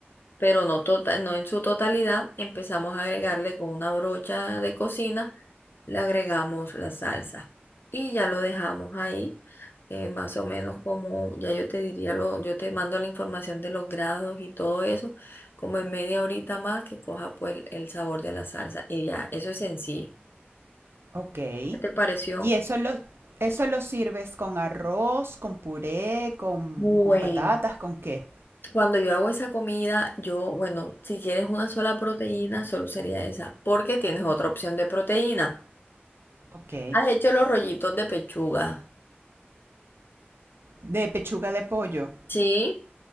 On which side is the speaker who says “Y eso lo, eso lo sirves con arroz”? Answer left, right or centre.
Right